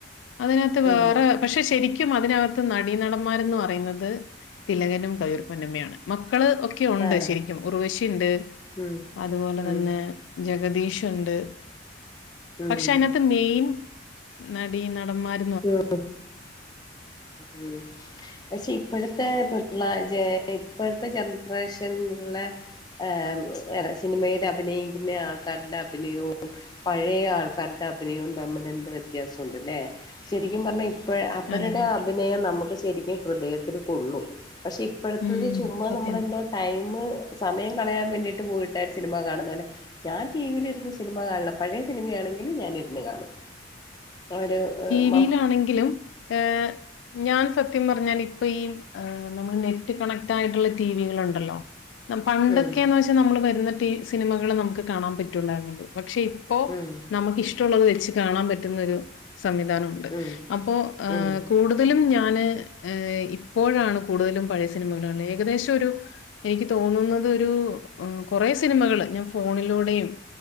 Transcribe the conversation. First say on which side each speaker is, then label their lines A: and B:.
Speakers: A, on the left; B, on the left.
A: അതിനകത്ത്
B: ആഹ്
A: വേറെ പക്ഷെ ശരിക്കും അതിനകത്ത് നടീനടന്മാരെന്ന് പറയുന്നത് തിലകനും കവിയൂർപ്പൊന്നമ്മയാണ്. മക്കള് ഒ ക്കെ ഉണ്ട്
B: ആഹ്
A: ശരിക്കും. ഉർവശീണ്ട്.
B: ഉം
A: അതുപോലെ
B: ഉം
A: തന്നെ ജഗദീഷ്ണ്ട്
B: ഉം
A: പക്ഷെ അയ്ന മെയിൻ നടി നടന്മാര്
B: ഉം ഉം.. പക്ഷെ ഇപ്പോഴത്തെ പിള്ള ജെ ഇപ്പോഴത്തെ ജനറേഷൻള്ള.. ഏഹ് സിനിമയിൽ അഭിനയിക്കുന്ന ആൾക്കാരുടെ അഭിനയവും.. പഴയ ആൾക്കാരുടെ അഭിനയവും തമ്മിൽ എന്ത് വ്യത്യാസുണ്ട്ല്ലേ.. ശരിക്കും പറഞ്ഞാൽ ഇപ്പഴ അവരുടെ
A: അതെ അതെ
B: അഭിനയം നമുക്ക് ശരിക്കും ഹൃദയത്തിൽ കൊള്ളും പക്ഷേ ഇ പ്പഴത്തത്
A: ഉം
B: ചുമ്മാ
A: സത്യം
B: നമ്മളെന്തോ ടൈമ് സമയം കളയാൻ വേണ്ടിട്ട് പോയിട്ടായ് സിനിമ കാണുന്നലെ ഞാൻ ടിവിയിൽരുന്ന് സിനിമ കാണലാ പഴയ സിനിമയാണെങ്കിലും ഞൻ ഇരുന്ന് കാണും.. അഒരു ഹ്..
A: വിയിലാണെങ്കിലും ഏഹ് ഞാൻ സത്യം പറഞ്ഞാൻ ഇപ്പ ഈ ഏഹ് നമ്മൾ നെറ്റ് കണക്ട് ആയിട്ടുള്ള ടിവികൾ ഉണ്ടല്ലോ.. പണ്ടൊക്കെന്ന്
B: ഉം,
A: വെച്ചാ നമ്മള് വരുന്ന ടി സിനിമകള് നമുക്ക് കാണാൻ പറ്റുള്ളായിരുന്നുള്ളൂ പക്ഷെ പ്പോനമുക്ക്ഷ്ടൊള്ളത്
B: ഉം,
A: വെച്ച് കാണാൻ പറ്റുന്നൊ ഒരു സംവിധാനം ണ്ട്
B: ഉം,
A: അപ്പോ ഏഹ്
B: ഉം.
A: കൂടു തലും ഞാന് ഏഹ് ഇപ്പോഴാണ് കൂടുതലും പഴയ സിനിമകൾ കാണൽ ഏകദേശം ഒരു എനിക്ക് തോന്നുന്നത് ഒരു കുറെ സിനിമകള് ഞാൻ ഫോണിലൂടെയും